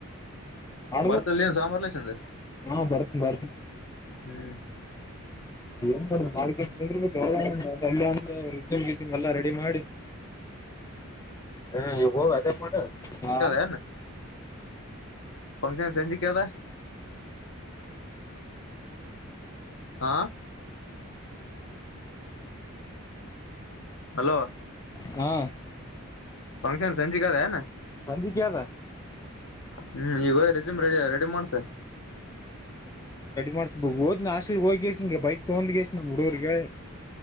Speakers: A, on the left (about 15°); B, on the left (about 65°).
A: ಆ
B: ಬರ್ತಲ್ಲಿ ಏನ್ ಸಾಂಬಾರ್ಲಸಂದ
A: ಹಾ ಬರ್ತ ಬರ್ <unintelligible>
B: ಹ್ಮ್
A: ಏನ್ ಮಾಡ್ ಮಾಡಕ ಗರ್ ಅಲ್ಲಿ ಒಂದು ರೆಸೂಮ್ ಎಲ್ಲ ರೆಡಿ ಮಾಡಿ ಹಾಯ್ ಈಗ ಹೋಗಿ ಅದೇ ಮಾಡು ಹಾ
B: ಏನ್ ಫಂಕ್ಷನ್ ಸಂಜಿಕ ಅದ ಹಾ ಹಲೋ
A: ಹಾ
B: ಫಂಕ್ಷನ್ ಸಂಜಿಕಿ ಅದ ಏನ
A: ಸಂಜಿಕೆ ಅದ
B: ಹ್ಮ್ ಈಗ ರಿಜುಮ್ ರೆಡಿ ರೆಡಿ ಮಾಡ್ಸ
A: ಮಾಡಸ ಹ ಹಾಸ್ಟೆಲ್ ಹೋಗಿಗೆ ಬೈಕ್ ತಗಂದ್ಗಸ ನಮ್ಮ ಹುಡುಗುರಿಗೇಳಿ